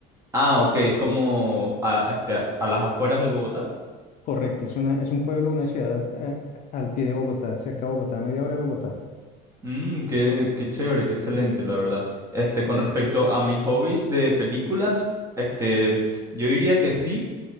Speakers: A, on the right; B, on the left.
A: Ah, ok, es como a, a este, a las afueras de Bogotá.
B: Correcto, es una, es un pueblo, una ciudad al, eh, al pie de Bogotá, cerca de Bogotá, media hora de Bogotá.
A: Mm, qué, qué chévere, qué excelente, la verdad. Este, con respecto a mis hobbies de películas, este, yo diría que sí.